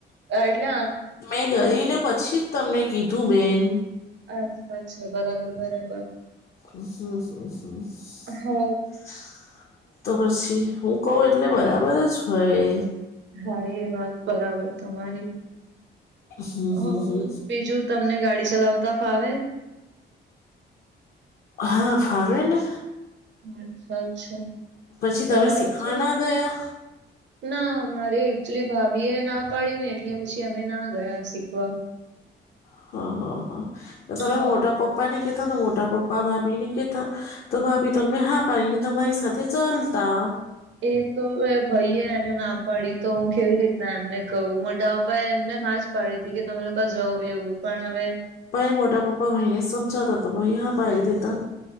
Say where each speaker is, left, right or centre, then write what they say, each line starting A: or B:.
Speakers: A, on the right; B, on the left.
A: અ એટલે
B: મેં ગઈ ને પછી જ તમને કીધું બેન
A: અચ્છા અચ્છા બરાબર બરાબર
B: <inaudible>
A: હો
B: તો પછી હું કહું એટલે બરાબર જ હોય
A: હા એ વાત બરાબર તમારી
B: હમ
A: હ
B: હમ હમ
A: બીજું તમને ગાડી ચલાવતા ફાવે
B: હા ફાવે ને
A: અચ્છા
B: પછી તમે
A: ચલાવો
B: શીખવા
A: છો
B: ના ગયા
A: ના મારે એકચુલી ભાભી એ ના પાડીને એટલે પછી અમે ના ગયા શીખવા
B: હ હ હ તો તમે
A: હા
B: મોટા પપ્પા ને કીધૂ ને મોટા પપ્પા ભાભી ને કીતા તો ભાભી તમને હા પારીને તમારી સાથે ચાલતા
A: એ તો ભાઈ એ એને ના પાડી તો હું કેવી રીતના એમને કહું મોટાપપ્પા એમને હાજ પડી હતી કે તમે લોકો જવ એવું પણ હવે
B: પાઈ મોટા પપ્પા ભાઈને સમજાવ તો ભાઈ હા પાઈ દેતા